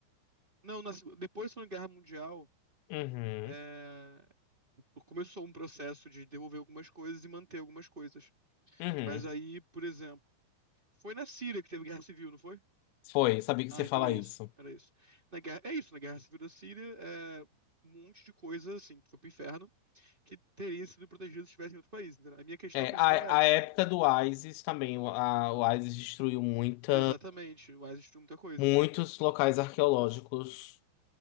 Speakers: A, on the right; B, on the left.
A: Não, na seg- depois da Segunda Guerra Mundial,
B: Uhum,
A: é, o- começou um processo de devolver algumas coisas e manter algumas coisas.
B: uhum.
A: Mas aí, por exemplo, foi na Síria que teve guerra civil, não foi?
B: Foi, sabia
A: Ah,
B: que você
A: então
B: fala
A: é isso,
B: isso.
A: era isso. Na guerra, é isso, na Guerra Civil da Síria, é, um monte de coisa, assim, que foi pro inferno, que teria sido protegido se estivesse em outro país. entendeu? A minha questão
B: É,
A: principal
B: a,
A: é essa.
B: a época do ISIS também, o, a- o ISIS destruiu muita,
A: Exatamente, o Isis de muita coisa.
B: muitos locais arqueológicos,